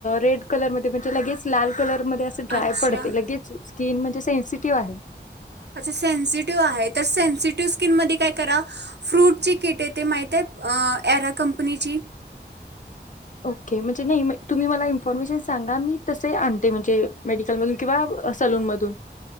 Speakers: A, on the left; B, on the right.
A: रेड कलरमध्ये म्हणजे लगेच लाल कलर मध्ये असे
B: अच्छा
A: ड्राय पडते लगेच स्किन म्हणजे सेन्सिटिव्ह आहे.
B: अच्छा सेन्सिटिव्ह आहे तर सेन्सिटिव्ह स्किनमध्ये काय करा फ्रूटची किट आहे, ते माहित आहे ॲरा कंपनीची
A: ओके म्हणजे नाही तुम्ही मला इन्फॉर्मेशन सांगा मी तसे आणते म्हणजे मेडिकलमधून किंवा सलून मधून